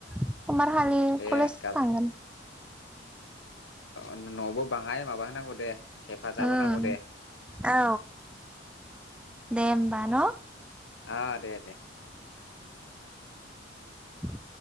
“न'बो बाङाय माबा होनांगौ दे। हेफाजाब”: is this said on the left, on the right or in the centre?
Left